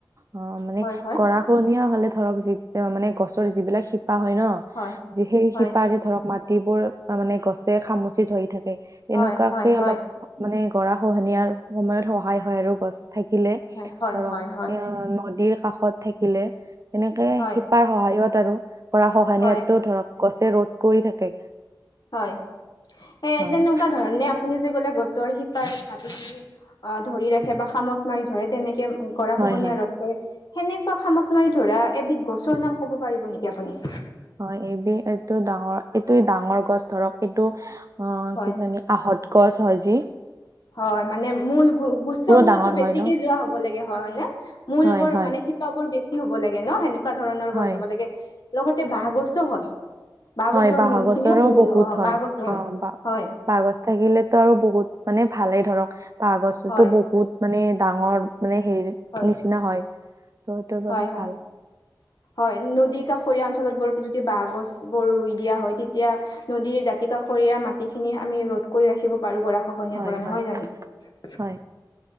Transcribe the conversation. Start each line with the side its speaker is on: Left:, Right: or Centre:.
Right: অ' মানে
Left: হয় হয়
Right: গৰাখনীয়া হ'লে ধৰক যি মানে গছৰ যিবিলাক শিপা শিপা হয় ন
Left: হয়
Right: যিখিনি
Left: হয়
Right: শিপাৰে ধৰক মাটিবোৰ মানে গছে খামুচি ধৰি থাকে।
Left: হয়
Right: এনেকুৱাকে
Left: হয় হয়
Right: অলপ মানে গৰা খহনীয়াৰ সময়ত সহায় হয় আৰু গছ। থাকিলে
Left: হয় হয়
Right: ধৰক
Left: হয়
Right: এ নদীৰ কাষত থাকিলে তেনেকে
Left: হয়
Right: শিপাৰ সহায়ত আৰু গৰা খহনীয়াটো
Left: হয়
Right: ধৰক গছে ৰ'ধ কৰি থাকে।
Left: হয়, এ
Right: হয়
Left: তেনেকুৱা ধৰণে আপুনি যে ক'লে। গছৰ শিপাৰে মাটিখিনি অ' ধৰি ৰাখে বা খামোচ মাৰি ধৰে তেনেকে গৰাখহনীয়া
Right: হয় হয়
Left: ৰধ কৰে। সেনেকুৱা খামোচ মাৰি ধৰা এবিধ গছৰ নাম ক'ব পাৰিব নেকি আপুনি?
Right: হয় এইবি এইটো ডাঙৰ এইটো ডাঙৰ গছ ধৰক এইটো অ'
Left: হয়
Right: কিজানি আহত গছ হয় যে
Left: হয় মানে মূল গুচ্চ মূলতটো
Right: ডাঙৰ
Left: বেছিকে
Right: হয় ন
Left: যোৱা হ'ব লাগে হয়, হয়নে মূল
Right: হয়
Left: বোৰ
Right: হয়
Left: মানে। শিপাবোৰ বেছি হ'ব লাগে ন সেনেকুৱা ধৰণৰ
Right: হয়
Left: গছ হ'ব লাগে লগতে বাঁহ গছো হয়।
Right: হয়
Left: গছৰ
Right: বাঁহ
Left: মূল
Right: গছৰো
Left: খিনিও
Right: বহুত
Left: অ
Right: হয়
Left: বাঁহ গছো
Right: অ' বা
Left: হয়
Right: বাঁহ গছ থাকিলেতো আৰু বহুত মানে ভালেই ধৰক বাঁহ গছতো
Left: হয়
Right: বহুত মানে ডাঙৰ মানে হেৰি
Left: হয়
Right: নিচিনা হয়। বহুতৰ বাবে
Left: হয় হয়।
Right: ভাল।
Left: হয় নদী কাষৰীয়া অঞ্চলত যদি বাহঁগছবোৰ ৰুই দিয়া হয়। তেতিয়া নদীৰ দাতি কাষৰীয়া মাটিখিনি আমি ৰধ কৰি ৰাখিব পাৰো গৰা খহনীয়াৰ
Right: হয়
Left: পৰা
Right: হয়
Left: নহয় জানো।
Right: হয়